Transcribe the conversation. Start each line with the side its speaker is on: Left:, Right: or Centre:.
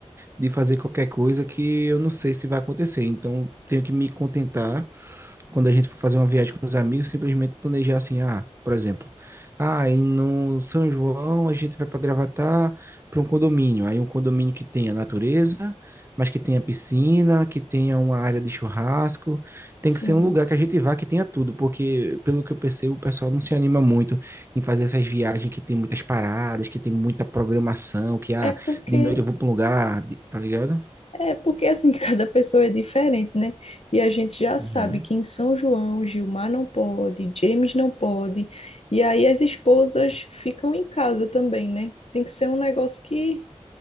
Right: de fazer qualquer coisa que eu não sei se vai acontecer. Então, tenho que me contentar quando a gente for fazer uma viagem com os amigos, simplesmente planejar assim, ah, por exemplo, ah, e no São João a gente vai para Gravatar para um condomínio. Aí um condomínio que tenha natureza, mas que tenha piscina, que tenha uma área de churrasco. Tem
Left: sim.
Right: que ser um lugar que a gente vá que tenha tudo, porque pelo que eu percebo, o pessoal não se anima muito em fazer essas viagens que tem muitas paradas, que tem muita programação, que ah,
Left: É porque
Right: de noite eu vou para um lugar, de- tá ligado?
Left: é porque assim <laughs> cada pessoa é diferente, né? E a gente já sabe
Right: Uhum.
Left: que em São João Gilmar não pode, James não pode, e aí as esposas ficam em casa também, né? Tem que ser um negócio que